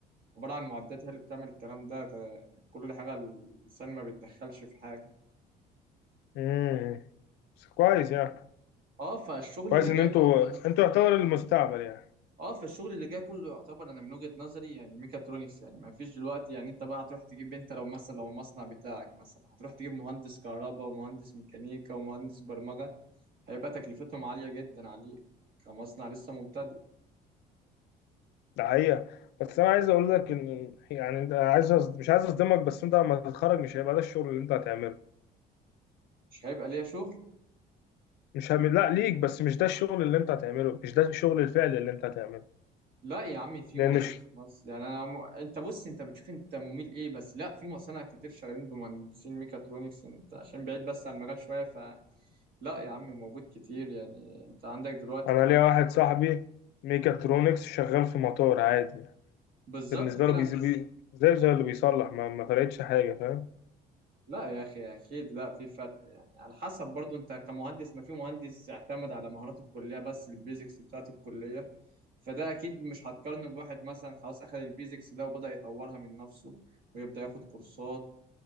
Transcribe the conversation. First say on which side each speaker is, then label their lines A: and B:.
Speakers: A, on the right; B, on the left.
A: عبارة عن معدات هي اللي بتعمل الكلام ده ت- يعني كل حاجة الإنسان ما بيتدخلش في حاجة
B: امم بس كويس يعني
A: اه فالشغل
B: كويس
A: اللي جاي
B: ان انتوا
A: كله
B: انتوا يعتبر المستقبل يعني
A: اه فالشغل اللي جاي كله يعتبر انا من وجهة نظري يعني ميكاترونكس يعني ما فيش دلوقتي يعني انت بقى هتروح تجيب انت لو مثلا لو المصنع بتاعك مثلا هتروح تجيب مهندس كهرباء ومهندس ميكانيكا ومهندس برمجة هيبقى تكلفتهم عالية جدا عليك كمصنع لسه مبتدئ
B: ده حقيقة بس انا عايز اقول لك ان يعني انت عايز أص- مش عايز اصدمك بس انت لما تتخرج مش هيبقى ده الشغل اللي انت هتعمله
A: مش هيبقى ليا شغل
B: مش هم... لا ليك بس مش ده الشغل اللي انت هتعمله مش ده الشغل الفعلي اللي انت هتعمله
A: لا يا عمي في
B: لان
A: موجود
B: ش-
A: في مصر يعني انا م... انت بص انت بتشوف انت مميل ايه بس لا في مصانع كتير شغالين بمهندسين ميكاترونكس انت عشان بعيد بس عن المجال شويه ف لا يا عمي موجود كتير يعني انت عندك دلوقتي
B: انا
A: بقى
B: ليا واحد صاحبي ميكاترونكس شغال في مطار عادي
A: بالظبط
B: بالنسبة
A: كده
B: له بيزي...
A: انت...
B: بي... زي زي اللي بيصلح ما, ما فرقتش حاجة فاهم
A: لا يا اخي اكيد لا في فرق يعني على حسب برضو انت كمهندس ما في مهندس اعتمد على مهارات الكليه بس البيزكس بتاعت الكليه فده اكيد مش هتقارنه بواحد مثلا خلاص اخذ البيزكس ده وبدأ يطورها من نفسه ويبدأ ياخد كورسات